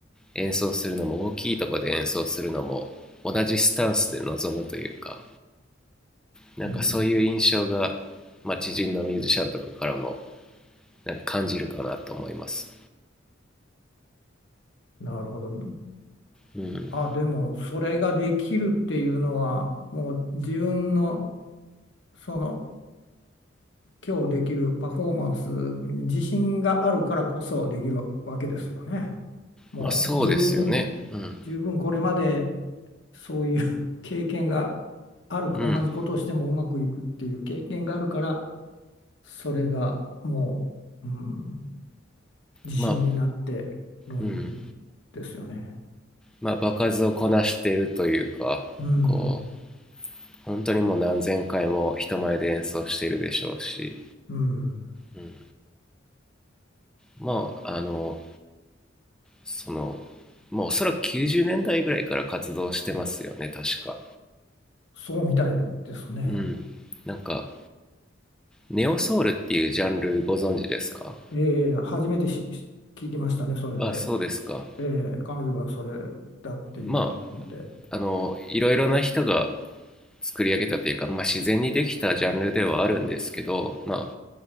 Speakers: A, in the centre; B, on the left.
A: 演奏するのも大きいとこで演奏するのも同じスタンスで臨むというかなんかそういう印象が、
B: うん、
A: まあ、知人のミュージシャンとかからもなんか感じるかなと思います。
B: なるほど。
A: うん、
B: あ、でもそれができるっていうのは、もう自分のその今日できるパフォーマンスに自信があるからこそできるわけですよね。もう十分、
A: まあそうですよね。うん、
B: 十分これまでそういう <laughs> 経験がある、
A: うん、
B: 同じことをしてもうまくいくっていう経験があるから、それがもう、うん。自信になってるん
A: まあ、うん、
B: ですよね。
A: まあ、場数をこなしているというかこ
B: うん、
A: う本当にもう何千回も人前で演奏しているでしょうし、
B: うん、
A: うん、まああのそのまあおそらく90年代ぐらいから活動してますよね確か
B: そうみたいですね。
A: うんなんかネオソウルっていうジャンルご存知ですか
B: ええ、初めてしし聞きましたね、それで。
A: あそうですか
B: ええ、彼女はそれだっていうので。
A: まああのいろいろな人が作り上げたというか、まあ、自然にできたジャンルではあるんですけど、まあ、